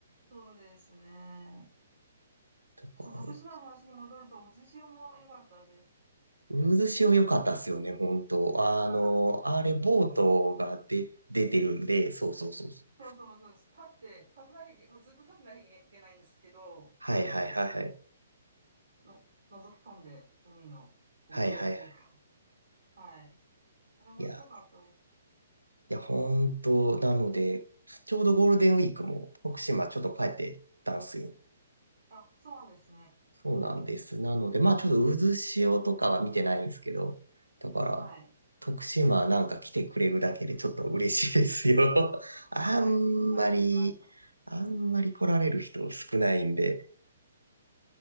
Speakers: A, on the right; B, on the right.
A: そうですね、
B: だから、
A: そう、徳島の話に戻ると、渦潮も良かったです。
B: 渦潮良かったっすよね、ほんと。
A: はい、
B: あの、あれ、
A: あの、
B: ボートが出出てるんで、
A: 船乗って。
B: そうそうそうそう。
A: そうそうそうです。立って、立たなきゃいけ、もうずっと立ってなきゃいけないんですけど、
B: はいはいはいはい。
A: あの、の、覗き込んで、海のう上っていうか、
B: はいはい。
A: <laughs> はい。あれ面白かったです。
B: いや、いや、ほんと、なので、ちょうどゴールデンウィークも徳島ちょっと帰ってたんすよ。
A: あ、そうなんですね。
B: そうなんです。なので、
A: えー、
B: まあちょっと渦潮とかは見てないんですけど、だから、
A: はい。
B: 徳島なんか来てくれるだけでちょっと嬉しいですよ。<laughs> あんまり、
A: はい。行きました、行きました。
B: あんまり来られる人少ないんで。